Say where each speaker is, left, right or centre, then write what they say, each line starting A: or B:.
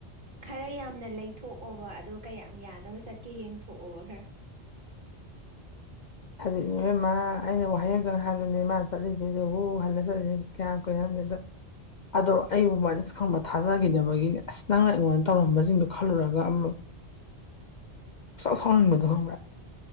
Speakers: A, on the right; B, on the left.
A: ꯈꯔ ꯌꯥꯝꯅ ꯂꯩꯊꯣꯛ ꯑꯣꯕ ꯑꯗꯨꯗꯣ ꯀꯌꯥꯝ ꯌꯥꯅꯕ ꯆꯠꯀꯦ ꯌꯦꯡꯊꯣꯛꯑꯣꯕ ꯈꯔ
B: ꯍꯧꯖꯤꯛꯅꯦ ꯏꯕꯦꯝꯃ ꯑꯩꯅ ꯋꯥꯍꯩ ꯑꯃꯇꯪ ꯍꯥꯏꯕꯗꯨꯅꯦ ꯃꯥ ꯆꯠꯂꯤꯁꯤꯗꯤ ꯍꯨ ꯍꯜꯂ ꯆꯠꯂꯤꯁꯤ ꯀꯌꯥꯝ ꯀꯨꯏꯅ ꯍꯟꯗꯦꯗꯣ ꯑꯗꯣ ꯑꯩꯕꯨꯃꯅꯁ ꯈꯪꯕ ꯊꯥꯖꯈꯤꯅꯕꯒꯤꯅꯤ ꯑꯁ ꯅꯪꯅ ꯑꯩꯉꯣꯟꯗ ꯇꯧꯔꯝꯕꯁꯤꯡꯗꯨꯣ ꯈꯜꯂꯨꯔꯒ ꯑꯃꯨꯛ ꯄꯪꯁꯥꯎ ꯁꯥꯎꯅꯤꯡꯕꯗꯣ ꯈꯪꯕ꯭ꯔꯥ